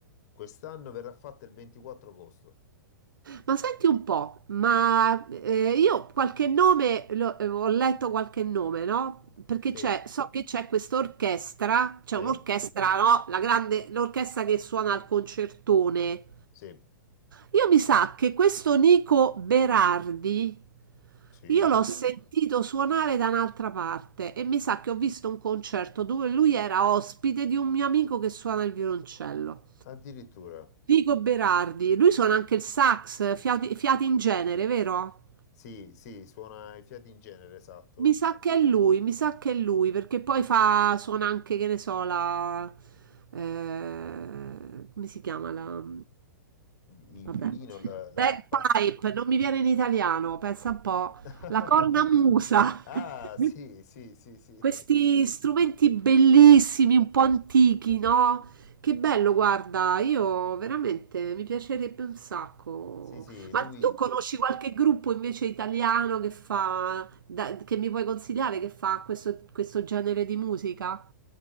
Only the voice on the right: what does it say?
Ma senti un po', ma eh, io qualche nome, lo- eh, ho letto qualche nome, no? Perché
c'è, so che c'è questa orchestra, c'è
un'orchestra, no? La grande, l'orchestra che suona al concertone.
Io mi sa che questo Nico Berardi,
io l'ho sentito suonare da un'altra parte e mi sa che ho visto un concerto dove lui era ospite di un mio amico che suona il violoncello.
Vico Berardi, lui suona anche il sax, fiati, fiati in genere, vero?
Mi sa che è lui, mi sa che è lui, perché poi fa, suona anche, che ne so, la... eh, come si chiama la...
Vabbè.
Bagpipe, non mi viene in italiano, pensa un po'.
La cornamusa.
<laughs>
Questi strumenti bellissimi, un po' antichi, no? Che bello, guarda, io veramente mi piacerebbe un sacco.
Ma tu conosci qualche gruppo invece italiano che fa, da- che mi puoi consigliare che fa questo, questo genere di musica?